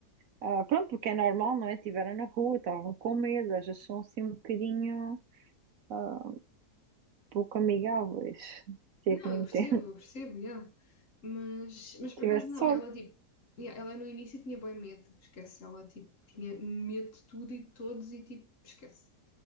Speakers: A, on the right; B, on the left.
A: ah, pronto, porque é normal, não é? Estiveram na rua, estavam com medo, às vezes são assim um bocadinho ah, pouco amigáveis, se
B: Não,
A: é que me
B: eu
A: entende.
B: percebo, eu percebo, yeah. Mas,
A: <laughs>
B: mas por
A: tiver
B: acaso não,
A: sorte,
B: ela tipo, yeah, ela no início tinha bem medo, esquece, ela tipo tinha medo de tudo e de todos e tipo, esquece.